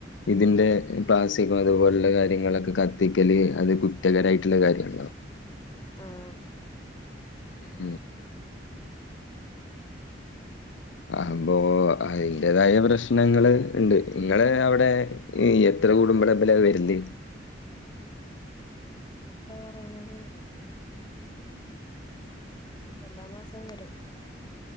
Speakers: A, on the left; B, on the left.
A: ഇതിന്റെ പ്ലാസ്സികോ അതുപോലുള്ള കാര്യങ്ങളൊക്കെ കത്തിക്കല് അത് കുറ്റകരായിട്ടുള്ള കാര്യണോ
B: ആഹ
A: ഉം അപ്പോൊ അതിന്റതായ പ്രശ്നങ്ങ ഉണ്ട് നിങ്ങള് അവിടെ എത്ര കൂടുമ്പള എബല വരില്ലേ
B: ഞങ്ങളവിടെ പറയണുന്നത് എല്ലാ മാസവും വരും